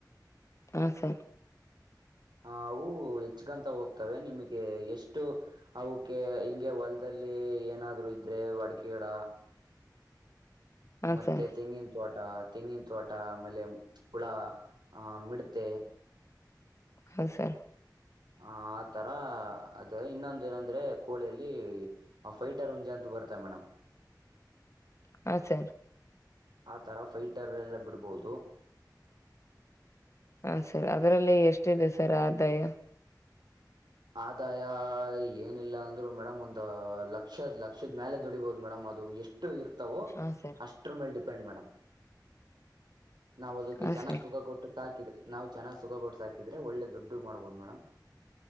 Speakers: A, on the left; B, on the right.
A: ಹ ಸರ್.
B: ಹ ಅವು ಹೆಚ್ಕಂತ ಹೋಗ್ತವೆ ನಿಮಗೆ ಎಷ್ಟು ಅವುಕ್ಕೆ ಹಿಂಗೆ ಹೊಲದಲ್ಲಿ ಏನಾದ್ರು ಇದ್ರೆ ವಡಕೆ ಗಿಡ.
A: ಹಾ
B: ಮತ್ತೆ
A: ಸರ್
B: ತೆಂಗಿನ್ ತೋಟ. ತೆಂಗಿನ್ ತೋಟ ಆಮೇಲೆ ಹುಳ ಆ ಮಿಡ್ತೆ.
A: ಹು ಸರ್.
B: ಆ ಆತರ ಅದೇ ಇನ್ನೊಂದು ಏನಂದ್ರೆ ಕೋಳಿಯಲ್ಲಿ ಫೈಟರ್ ಉಂಜಾ ಅಂತ ಬರ್ತೆ ಮೇಡಮಂ.
A: ಹ ಸರ್.
B: ಆತರ ಫೈಟರ್ರೆಲ್ಲ ಬಿಡಬಹುದು.
A: ಹ ಸರ್ ಅದರಲ್ಲಿ ಎಷ್ಟಿದೆ ಸರ್ ಆದಾಯ.
B: ಆದಾಯ ಏನಿಲ್ಲ ಅಂದ್ರು ಮೇಡಮ್ ಒಂದು ಲಕ್ಷದ್ ಲಕ್ಷದ್ ಮ್ಯಾಲೆ ದುಡಿಬಹುದು ಮೇಡಮ್ ಅದು ಎಷ್ಟು. ಇರ್ತಾವೋ
A: ಹಾ ಸರ್
B: ಅಷ್ಟ್ರ ಮೇಲೆ ಡಿ ಡಿಪೆಂಟ್ ಮೇಡಮ್. ನಾವ್ ಅದುಕ್ಕೆ
A: ಹಾ
B: ಚೆನ್ನಾಗ್
A: ಸರ್
B: ಸುಖ ಕೊಟ್ಟು. ಸಾಕಿದ್ರೆ ನಾವ್ ಚೆನಾಗ್ ಸುಖ ಕೊಟ್ಟ ಸಾಕಿದ್ರೆ ಒಳ್ಳೆ ದುಡ್ಡು ಮಾಡ್ಬೊದು ಮೇಡಮ್.